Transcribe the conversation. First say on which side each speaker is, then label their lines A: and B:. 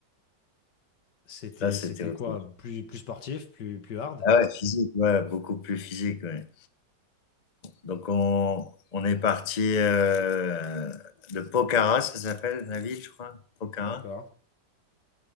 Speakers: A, on the left (about 70°); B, on the left (about 50°).
A: C'était
B: Là, c'était
A: c'était
B: autre
A: quoi?
B: chose.
A: Plus plus sportif, plus plus hard?
B: Ah ouais, physique, ouais, beaucoup plus physique. Ouais. Donc, on, on est parti euh, de Pokhara, ça s'appelle la ville, je crois. Pokhara.
A: D'accord.